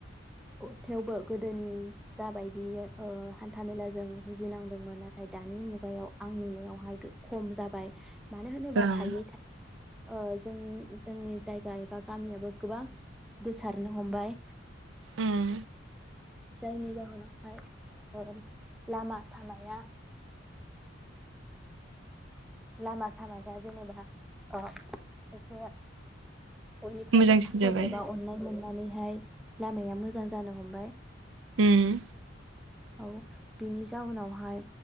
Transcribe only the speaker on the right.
ओं
उम
मोजांसिन
जाबाय
ओम।